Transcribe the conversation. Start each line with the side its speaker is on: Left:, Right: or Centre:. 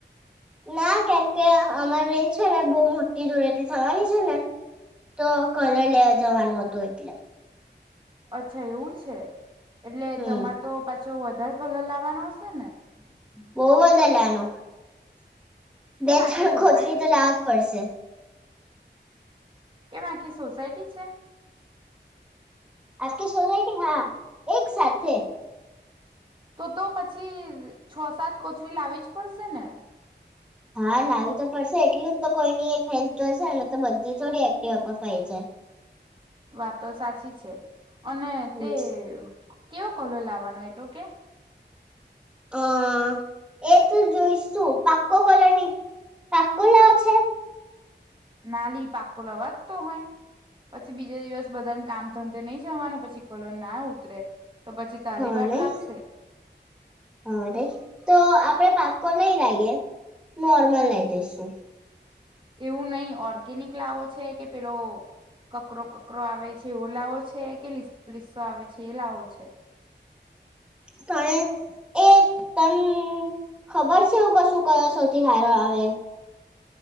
Centre: ના કેમકે અમાર રેન્જ છે ને બહુ મોટી ધોરેેથી થવાની છે ને તો કલર લેવા જવાનું હતું એટલે.
Right: અચ્છા એવું છે. એટલે
Centre: હમ
Right: તમાર તો પાછો વધારે. લો લાવવાનો હશે ને.
Centre: <unintelligible> બે
Right: કેમ આખી
Centre: છણ
Right: સોસાયટી
Centre: ખોચવી તો લાવ જ પડશે.
Right: કેમ આખી સોસાયટી છે.
Centre: આખી સોસાયટી કે હા એક સાથે.
Right: તો તો પછી છ સાત કોથરી લાવી જ પડશે ને?
Centre: હા લાવી તો પડશે એટલે જ તો કોઈની એક હેલ્થ જોશે ને તો બધી થોડી એક્ટિવ આપાય છે.
Right: વાતો તો સાચી છે. અને
Centre: હમ
Right: તે કેવો કોલ લાવવાનો હોય તો કે <inaudible>
Centre: અ એ તો જોઈશું પાક્કો કોલરની પાક્કો લાવ છે.
Right: નાલી પાકો લવા જતો હોય પછી બીજા દિવસ બધાને કામ ધંધે નહી જવાનું પછી કલોન ના ઉતરે. તો પછી તારી
Centre: હા
Right: વાટ
Centre: નહી
Right: લાગશે
Centre: હ નઈ તો આપણે પાચ <unintelligible> નોર્મલ લઈ જઈશું.
Right: એવું નહી ઓર્ગેનિક લાવો છે કે પેલો કકરો કકરો આવે છે એવો લાવો છે કે લીસો લિસ્સો આવે છે એ લાવો છે.
Centre: ત એ તને ખબર છે એ તમ્મ ખબર છેકશું કયો સૌથી હારો આવે.